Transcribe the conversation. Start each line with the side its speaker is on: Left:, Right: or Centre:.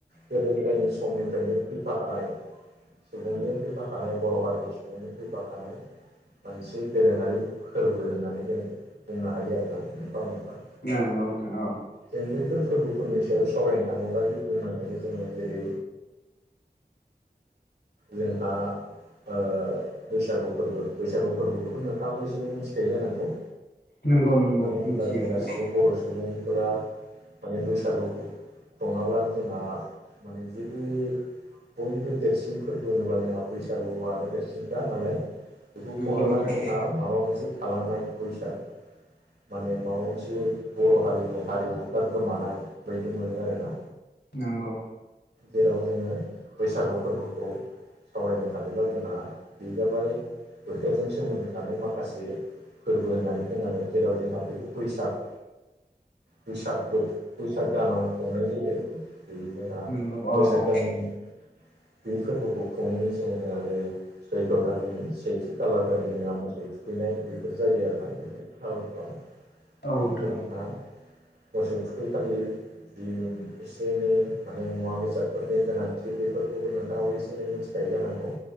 Right: गोदो गोदायनि समनिफ्रायनो फैफाखानाय सुबुंजों फैफाखानाय बर' हारिनि सुबुंजों फैफाखानाय मोनसे दोरोङारि फोरबो होननानै जों बुंनो हायो आरोना मोनफा मोनफा
Left: नोंगौ नोंथां औ
Right: जों बैफोर फोरबोफोरनि सायाव सवरायनो थाङोब्ला जों बुंनो हायो जोङो जेरै जोंहा ओ बैसागु फोरबो बैसागु फोरबोखौथ' नोंथाङाबो एसे एनै मिथिखायो जानांगौ
Left: नंगौ नंगौ
Right: मानो होनब्ला
Left: मिथियो
Right: जों गासिबो
Left: नोंथां
Right: बर' सुबुंफोरा माने बैसागुखौ नङाब्लानो जोंहा माने जेबो बयनिख्रुइ देरसिन फोरबो होनोब्ला जोंहा बैसागुआनो देरसिनखा नालाय बेखौ
Left: नंगौ
Right: खुङाब्लानो
Left: नोंथां
Right: जोंहा माबा मोनसे थालांनाय फैसा माने माबा मोनसे बर' हारिनि हारिमुफ्रा गोमानाय बायदि मो‌ नो आरोना
Left: नंगौ
Right: जेराव जोङो बैसागु फोरबोखौ सावरायनो थाङोब्ला जोंहा बे जाबाय बोथोरजों सोमोन्दो थानाय माखासे फोरबो होननानै बुंनांगोन जेराव जोंहा बेखौ बैसाग बैसाग बो बैसाग दानाव खुंनाय जायो बे जोंहा
Left: नंगौ औ
Right: बैसाग
Left: औ
Right: दाननि बे फोरबोखौ खुंनायनि सिगां जोंहा जेरै सैथ' दाननि सेथि खालार दालि जोंहा मोसौ थुखैनाय बेफोर जायो आरोना बेफोर खालारफ्रा
Left: औ
Right: बेनिफ्राय
Left: नोंथां
Right: जोंहा मोसौ थुखैखालि जि एसे एनै माने मुवा बेसादफोरनि गोनांथि बेफोरखौबो नोंथाङाबो एसे एनै मिथिखायो जानांगौ।